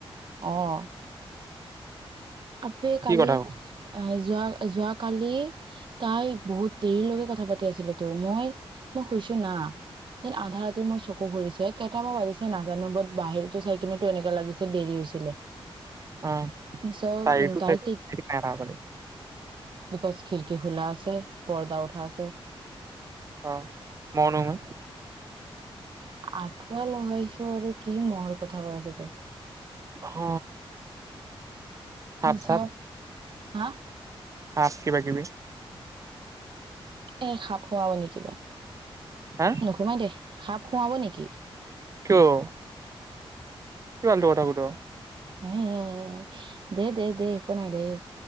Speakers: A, on the right; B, on the right.
A: অহ আপে কালি
B: কি কথা হ'ল
A: আ। যোৱা যোৱ কালি তাই বহুত দেৰিলৈকে কথা পাতি আছিল তো মই মই শুইছো না দেন আধা ৰাতিৰ মোৰ চকু ফুৰিছে কেইটাবা বাজিছে নাজানো বাত বাহিৰতো চাই কিনেো এনেকা লাগিছে দেৰি হৈছিলে।
B: অ
A: চ'
B: চাইড টু
A: তাই
B: চাইডাই
A: ঠিক
B: প
A: বিকজ খিড়কী খোলা আছে পৰ্দা উঠা আছে।
B: অ মও নুহোমাই
A: আঠুৱা লগহাইছো আৰু কি মহৰ কথা কৈ আছ তই
B: অ ভাট
A: চব
B: জাত
A: হা
B: আক কিবাকিবি।
A: এই সাপ সোমাব নেকি কিবা।
B: হা
A: নোসোমাই দে। সাপ সোমাব নেকি।
B: কিয়? কিয় ফালটো কথা সুধ?
A: উম দে দে দে। একো নাই দেই।